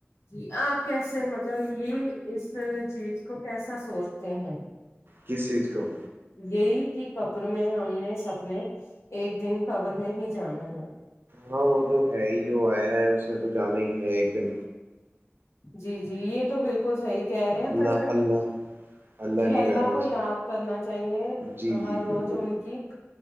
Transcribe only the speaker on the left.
جی آپ کیسے مطلب یہ اس چیز کو کیسا سوچتے ہیں
یہی کہ قبر میں ہم نے سب نے ایک دن قبر میں ہی جانا ہے
جی جی یہ تو بالکل صحیی کہہ رہے ہیں
پر
جی اللہ
کو یاد
کرنا چاہیے
ہر
روز
ان کی